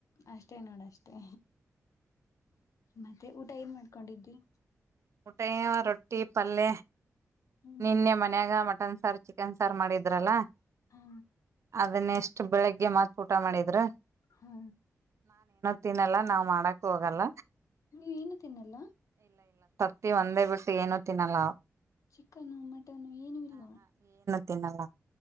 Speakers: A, on the left; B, on the right.
A: ಅಷ್ಟೇ ನೋಡ ಅಷ್ಟೇ ಮತ್ತೆ ಊಟ ಏನ್ ಮಾಡ್ಕೊಂಡಿದ
B: ಊಟಾಯ ರೊಟ್ಟಿ ಪಲ್ಯ
A: ಹ್ಮ್
B: ನಿನ್ನೆ ಮನ್ಯಾಗ ಮ ಮಟನ್ ಸಾರು ಚಿಕನ್ ಸಾರು ಮಾಡಿದ್ರಲ್ಲಾ
A: ಹಾ
B: ಅದನ್ನ ಎಷ್ಟು ಬೆಳಿಗ್ಗೆ ಮತ್ತೆ ಊಟ ಮಾಡಿದ್ರ
A: ಹ್ಮ
B: ತಿನಲ್ಲ ನಾವ್ ಮಾಡಕ್ ಹೋಗಲ್ಲ
A: ನೀವೇನು ತಿನ್ನಲ್ಲ
B: ತಿ ಒಂದೇ ಬಿಟ್ಟು ಏನು ತಿನ್ನಲ್ಲ
A: ಚಿಕನು ಮಟನ್ನು ಏನು ಇಲ್ವಾ
B: ತಿನ್ನಂಗ